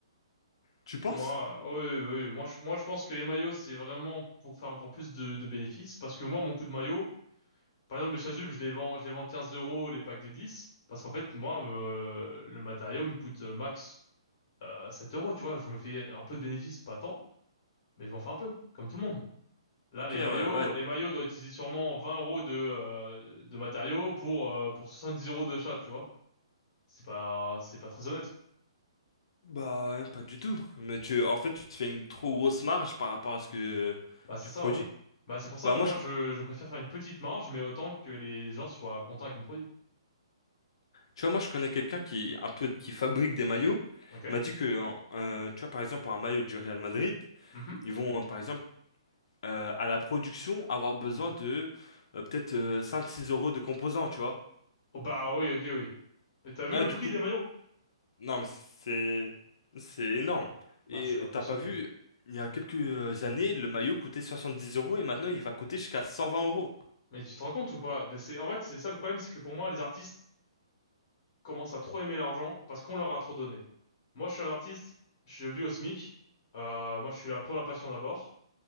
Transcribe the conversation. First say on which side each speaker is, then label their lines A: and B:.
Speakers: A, on the left; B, on the left.
A: Tu
B: Moi,
A: penses?
B: oui, oui, oui. moi, je, moi, je pense que les maillots, c'est vraiment pour faire encore plus de, de bénéfices, parce que moi, mon coup de maillot, Par exemple, mes chasubles, je les vends, je les vends 15 euros les packs de 10, parce qu'en fait, moi, me- le matériau me coûte euh, max euh, 7 euros, tu vois. Je me fais un peu de bénéfice, pas tant, mais je m'en fais un peu, comme tout le monde. Là,
A: Ok,
B: les
A: ouais,
B: maillots,
A: ouais.
B: les maillots doivent utiliser sûrement 20 euros de, euh, de matériaux pour, euh, pour dix euros de chat, tu vois. C'est pas, c'est pas très honnête.
A: Bah, pas du tout. Mais tu, en fait, tu te fais une trop grosse marge par rapport à ce que
B: Bah, c'est
A: tu
B: ça,
A: produis.
B: ouais. Bah, c'est pour ça
A: Bah moi,
B: que moi,
A: je,
B: je, je préfère faire une petite marge, mais autant que les gens soient contents avec mon produit.
A: tu vois, moi, je connais quelqu'un qui un peu qui fabrique des maillots.
B: Ok?
A: Il m'a dit que, euh, tu vois, par exemple, pour un maillot du Real Madrid,
B: Mhm.
A: ils vont, euh, par exemple, euh, à la production, avoir besoin de euh, peut-être euh, cinq six euros de composants, tu vois.
B: Oh, bah oui, ok, oui. Et t'as vu
A: Ah,
B: le
A: du
B: prix
A: coup,
B: des maillots?
A: Non, mais c'est c'est énorme. Et
B: Bah, c'est
A: euh,
B: pas possible.
A: t'as pas vu, il y a quelques euh, années, le maillot coûtait 70 euros et maintenant il va coûter jusqu'à 120 euros.
B: Mais tu te rends compte ou pas? Ben, c'est, en fait, c'est ça le problème, c'est que pour moi, les artistes commencent à trop aimer l'argent parce qu'on leur a trop donné. Moi, je suis un artiste, je vis au SMIC, euh, moi, je suis là pour la passion d'abord,